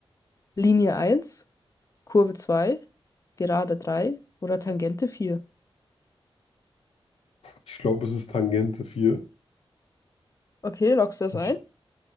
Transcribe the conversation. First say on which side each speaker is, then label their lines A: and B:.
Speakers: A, on the left; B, on the left.
A: Linie eins. Kurve 2, Gerade 3 oder Tangente 4?
B: Ich glaube, es ist Tangente 4.
A: Okay, loggst du das
B: Ich,
A: ein?